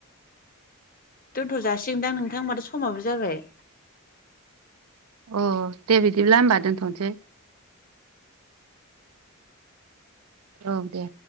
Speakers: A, on the left; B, on the right.
A: दोनथ' जासिगोनदां नोंथां माथो समाबो जाबाय।
B: अ दे बिदिब्ला होमबा दोनथ'नोसै। औ दे